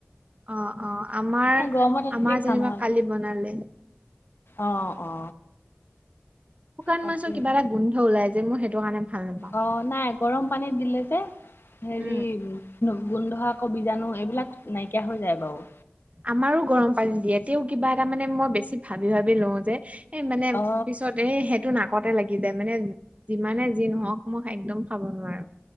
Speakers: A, on the right; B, on the left.
A: অ অ আমাৰ
B: গৰমত এনেকে
A: আমাৰ
B: খাম
A: যেনিবা
B: আৰু
A: কালি বনালে
B: অ অ
A: শুকান
B: তাকে
A: মাছৰ কিবা এটা গোন্ধ ওলায় যে মোৰ সেইটো কাৰণে ভাল নাপাওঁ।
B: অ নাই গৰম পানীত দিলে যে হেৰি
A: উম,
B: গোন্ধ আকৌ বিজাণু এইবিলাক নাইকিয়া হৈ যায় বাৰু
A: আমাৰো গৰম পানী দিয়ে তেও কিবা এটা মানে মই বেছি ভাবি ভাবি লও যে এ মানে
B: অ
A: পিছত তে সেইটো নাকতে লাগি যায় মানে যিমানে যি নহওক মই একদম খাব নোৱাৰো